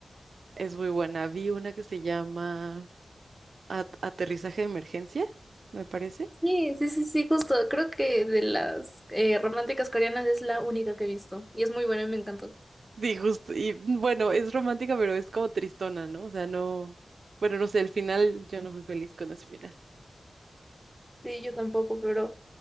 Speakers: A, on the right; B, in the centre.
A: es muy buena. Vi una que se llama A- Aterrizaje de Emergencia, me parece.
B: Sí, sí, sí, sí, justo, creo que de las eh, románticas coreanas es la única que he visto y es muy buena y me encantó.
A: Y justo, y bueno, es romántica, pero es como tristona, ¿no? O sea, no, bueno, no sé, el final, yo no fui feliz con ese final.
B: Sí, yo tampoco, pero